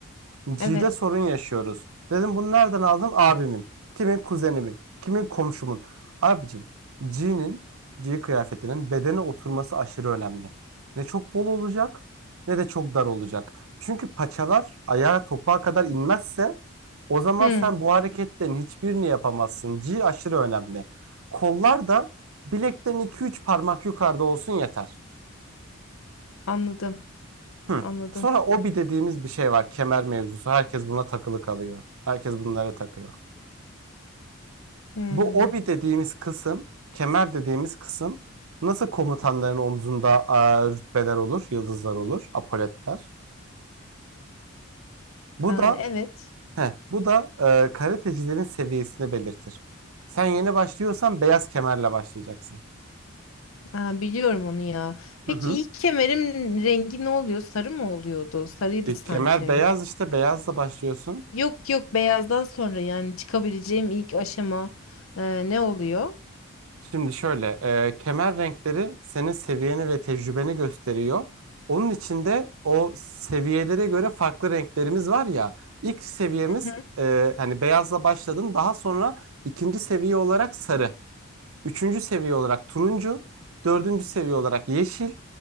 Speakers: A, on the right; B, on the left.
A: G'de
B: Evet.
A: sorun yaşıyoruz. Dedim bunu nereden aldın? Abimin. Kimin? Kuzenimin. Kimin? Komşumun. Abicim G'nin, G kıyafetinin bedene oturması aşırı önemli. Ne çok bol olacak ne de çok dar olacak. Çünkü paçalar ayağa topuğa kadar inmezse o zaman
B: Hı
A: sen bu hareketlerin hiçbirini yapamazsın. G aşırı önemli. Kollar da bilekten iki üç parmak yukarıda olsun yeter.
B: anladım.
A: Hı.
B: Anladım.
A: Sonra obi dediğimiz bir şey var. Kemer mevzusu. Herkes buna takılı kalıyor. Herkes bunlara takıyor.
B: Hı.
A: Bu obi dediğimiz kısım, kemer dediğimiz kısım nasıl komutanların omzunda e, rütbeler olur, yıldızlar olur, apoletler. Bu
B: Aa,
A: da
B: evet.
A: heh, bu da e, karatecilerin seviyesini belirtir. Sen yeni başlıyorsan beyaz kemerle başlayacaksın.
B: Aa, biliyorum onu ya. Peki
A: Hı hı.
B: ilk kemerim rengi ne oluyor? Sarı mı oluyordu? Sarıydı
A: İlk
B: sanki.
A: kemer beyaz işte beyazla başlıyorsun.
B: Yok yok beyazdan sonra yani çıkabileceğim ilk aşama e, ne oluyor?
A: Şimdi şöyle, e, kemer renkleri senin seviyeni ve tecrübeni gösteriyor. Onun içinde o seviyelere göre farklı renklerimiz var ya. İlk seviyemiz
B: Hı.
A: e, hani beyazla başladın, daha sonra ikinci seviye olarak sarı. Üçüncü seviye olarak turuncu, dördüncü seviye olarak yeşil,